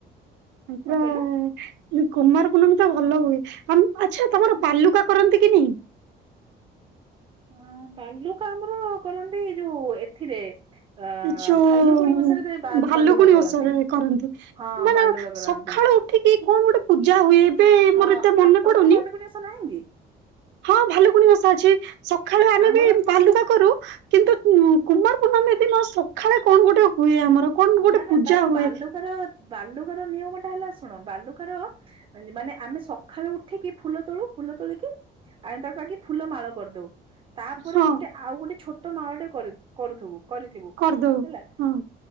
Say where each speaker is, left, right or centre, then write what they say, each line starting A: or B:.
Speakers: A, on the right; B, on the right.
A: ପୁରା।
B: କଣ କହିଲ?
A: କୁମାର ପୂର୍ନମୀ ତ ଭଲ ହୁଏ ଆଚ୍ଛା ତମର ବାଲୁକା କରନ୍ତି କି ନାଇଁ।
B: ହଁ ବାଲୁକା ଆମର କରନ୍ତି ଯୋଉ ଏଥିରେ। ଆ
A: ଯୋଉ
B: ଭାଲୁକୁଣୀ ଓସାରେ ବାଲ୍
A: ଭାଲୁକୁଣି
B: ବାଲୁଗା କରନ୍ତି
A: ଓଷାରେ କରନ୍ତି।
B: ହଁ
A: ମାନେ
B: ବାଲୁଗା କରନ୍ତି।
A: ସକାଳୁ ଉଠିକି କଣ ଗୋଟେ ପୂଜା ହୁଏ ଏବେ ମୋର
B: ହଁ
A: ଏତେ ମନେ
B: ଆପ ତମର
A: ପଡୁନି।
B: ଭାଲୁକୁଣି ଓଷା ନାହିଁ କି।
A: ହଁ ଭାଲୁକୁଣି ଓଷା ଅଛି ସକାଳୁ ଆମେ
B: ଆମର
A: ବି ବାଲୁକା କରୁ। କରୁ କିନ୍ତୁ ଉଁ କୁମାର ପୂର୍ଣ୍ଣମି ଦିନ ସଖାଳେ କଣ ଗୋଟେ ହୁଏ ଆମର। କଣ ଗୋଟେ
B: ନା ନା
A: ପୂଜା
B: ତାର
A: ହୁଏ।
B: ବାଲୁଗାର ବାଲୁଗାର ନିୟମ ଟା ହେଲା ଶୁଣ ବାଲୁ। କାର ମାନେ ଆମେ ସକାଳୁ ଉଠିକି ଫୁଲ ତୋଳୁ ଫୁଲ ତୋଳିକି। ଆମେ ତାକୁ ଆଗେ ଫୁଲ ମାଳ କରିଦଉ। ତାପରେ
A: ହଁ
B: ଗୋଟେ ଆଉ ଗୋଟେ ଛୋଟ ମାଳ ଟେ କରିବୁ କରୁଥିବୁ କରିଥିବୁ
A: କରିଦଉ
B: ହେଲା।
A: ହଁ